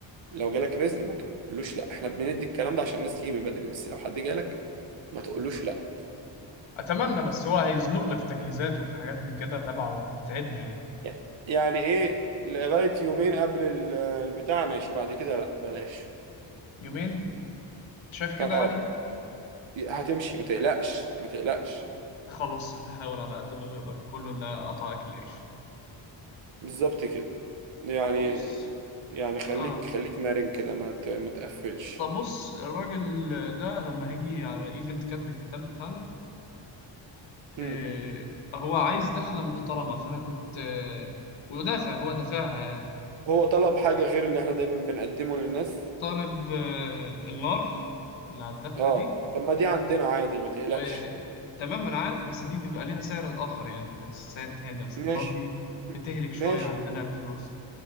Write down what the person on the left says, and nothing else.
اتمنى بس هو هيزنقنا في تجهيزات وفي حاجات من كده تبعه وهتتعبنا يعني
يومين شايف كده
يعني
خلاص هنحاول على قد ما نقدر كله لا قطع اكل العيش
طب بص
اه
طب بص الراجل ده لما هيجي على ايفنت كاتب الكتاب بتاعنا
آه هو عايز دخلة محترمة فانا كنت آه ودافع هو دافعها يعني
طالب آه، النار اللي على الدخلة
دي
وتمام أنا عارف بس دي بيبقى ليها سعر آخر يعني بيبقى سعر تاني أصل
النار دي بتهلك شوية
عندنا الفلوس